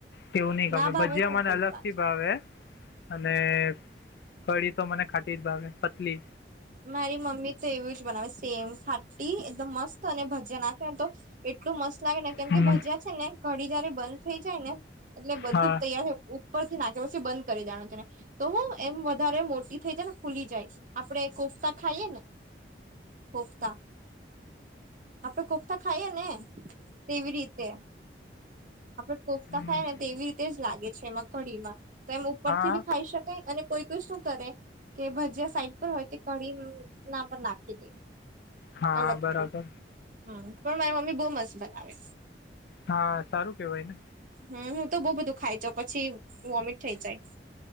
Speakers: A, on the left; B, on the right.
A: તેવું નહીં ગમે
B: ના ભાવે
A: ભજીયા
B: તો
A: મને
B: બોલતા
A: અલગ થી
B: છે
A: ભાવે. અને કળી તો મને ખાટી જ ભાવે પતલી
B: મારી મમ્મી તો એવું જ બનાવે સેમ ખાટી એકદમ મસ્ત અને ભજીયા નાખેને તો. એટલું મસ્ત લાગે ને કેમ
A: હમ
B: કે ભજીયા છે. ને કડી જયારે બંધ થઈ જાય ને એટલે બધું
A: હા
B: તૈયાર થાય ઉપર થી નાખી. કે પછી બંધ કરી દેવાનું તેને તો એમ વધારે મોટી થઈ જાય ને ફુલી જાય. આપડે કોફતા ખાઈએને કોફતા આપડે કોફતા ખાઈએને તેવી રીતે આપડે કોફતા
A: હમ
B: ખાયએને તેવી રીતે જ લાગે છે. એમાં કડીમાં તો એમ ઉપર
A: હા
B: થી બી ખાઈ શકાય અને કોઈ કોઈ શું કરે કે ભજીયા સાઈડ પર હોય તે કઢી ના પર નાખી દે.
A: હા
B: અલગથી
A: બરાબર
B: હમ પણ મારી મમ્મી બઉ મસ્ત બનાવે.
A: હા સારું કહેવાય ને
B: હમ હું તો બહુ બધું ખાય જા પછી વોમિટ થઈ જાય